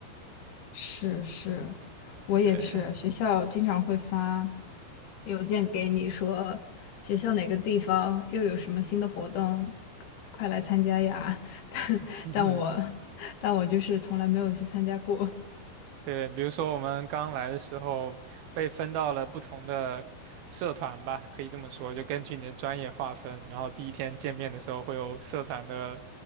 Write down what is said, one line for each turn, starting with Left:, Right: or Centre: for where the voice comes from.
Left: 是是，我也是，
Right: 对，
Left: 学校经常会发邮件给你说学校哪个地方又有什么新的活动，快来参加呀！<laughs> 但但我但我就是从来没有去参加过。
Right: <laughs> 对，比如说我们刚来的时候被分到了不同的社团吧，可以这么说，就根据你的专业划分。然后第一天见面的时候会有社团的